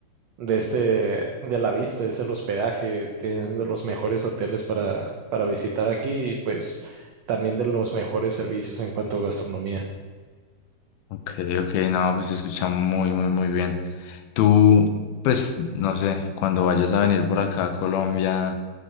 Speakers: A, on the right; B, on the left.
A: de este, de la vista, es el hospedaje, tienes de los mejores hoteles para, para visitar aquí y pues también de los mejores servicios en cuanto a gastronomía.
B: Ok, ok, no, pues se escucha muy, muy, muy bien. Tú, pues, no sé, cuando vayas a venir por acá a Colombia,